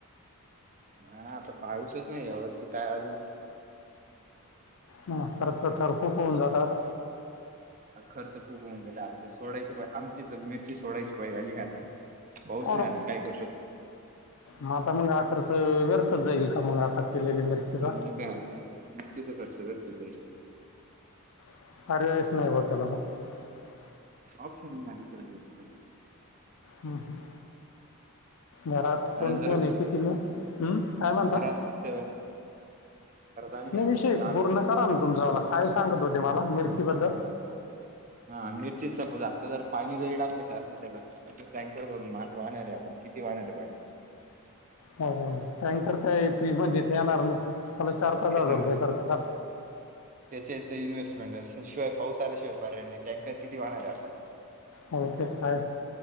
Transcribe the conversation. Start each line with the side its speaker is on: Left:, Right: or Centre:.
Right: हा आता पाऊसच नाही या वर्षी काय अजून
Left: हा खर्च तर खूप होऊन जातात.
Right: अ खर्च खूप होऊ गेला अर ते सोडायची आमची मिरची सोडायची पाय आली आता. पाऊस नाही
Left: र
Right: आला तर काय करू
Left: म आता मग आखर्च व्यर्थच जाईल का मग आता. केलेली मिरचीचा
Right: हो मग काय आता <unintelligible>
Left: <unintelligible>
Right: ऑप्शन नाही. <unintelligible>
Left: हम्म हम्म. घरात
Right: कारण
Left: कोण
Right: जर
Left: कोण आहे किती म हम्म काय म्हणता?
Right: घरात घरात आम्ही
Left: नाही विशय
Right: चार
Left: पूर्ण करा ना तुमच्याला काय सांगत होते मला मिर्ची बद्दल..
Right: हा मिरचीच सपोज आता जर पाणी जरी टाकायचं असल त्याला अस टँकर करून वाहणारे आपण किती वाहणारे पाणी.
Left: हो टँकर काय फ्री मथे येणार नाही. त्याला चार पाच
Right: तेच
Left: हजार
Right: न
Left: रुपये खर्च का
Right: त्याची इन्व्हेस्टमेंट असते शिवाय. पाऊसाला शिवाय पर्याय आहे नाही टँकर किती वाहणार आहे आपण.
Left: हो ते काय